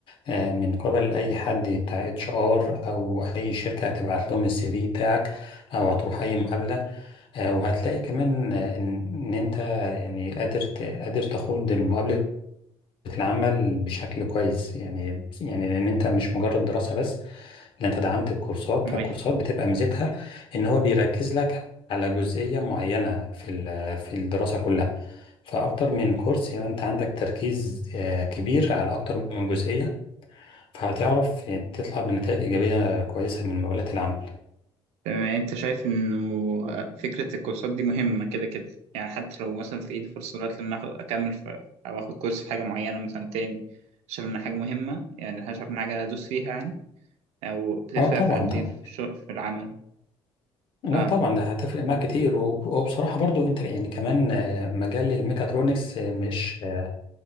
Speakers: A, on the left; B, on the right.
A: آه، من قبل اي حد بتاع اتش ار او اي شركه هتبعت لهم السي في بتاعك او هتروح اي مقابله آه، وهتلاقي كمان آه، ان إن انت يعني قادر ت- قادر تخوض مقابله العمل بشكل كويس يعني يعني لان انت مش مجرد دراسه بس لا انت دعمت بكورسات
B: او
A: فالكورسات بتبقى ميزتها ان هو بيركز لك على جزئيه معينه في ال- في الدراسه كلها فاكتر من كورس يبقى انت عندك تركيز آه، كبير على اكتر من جزئيه فهتعرف يعني تطلع بنتائج إيجابية كويسة من مقابلات العمل
B: تمام يعني انت شايف انه آه، فكرة الكورسات دي مهمة كده كده يعني حتى لو مثلا في ايدي فرصة دلوقتي ان اخد اكمل في او اخد كورس في حاجة معينة مثلا تاني شايف ان حاجة مهمة يعني شايف ان حاجة ادوس فيها يعني او بتفرق
A: اه طبعا
B: في قد
A: طبعا
B: ايه في الشغل في العمل
A: لا
B: اه
A: طبعا ده هتفرق معاك كتير وب- وبصراحة برضو انت يعني كمان آه، مجال الميكاترونكس آه، مش آه،